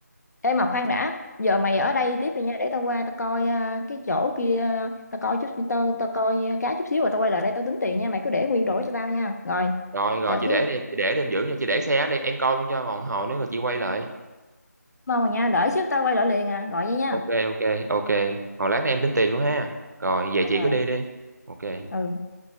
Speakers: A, on the left (about 65°); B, on the right (about 70°).
A: ê mà khoan đã giờ mày
B: Ừ.
A: ở đây tiếp đi nha để tao qua tao coi à, cái chỗ kia tao coi chút tao tao coi cá chút xíu rồi tao quay lại đây tao tính tiền nha mày cứ để nguyên đổi cho tao nha rồi
B: rồi rồi
A: chờ
B: chị
A: xíu
B: để đi chị để đi em giữ cho chị để xe ở đây em coi luôn cho còn hồi nữa rồi chị quay lại
A: mong mà nha đợi xíu tao quay lại liền à gọi vậy nha
B: ok ok ok hồi lát nữa em tính tiền luôn ha rồi về
A: rồi
B: chị
A: rồi
B: cứ đi đi ok
A: ừ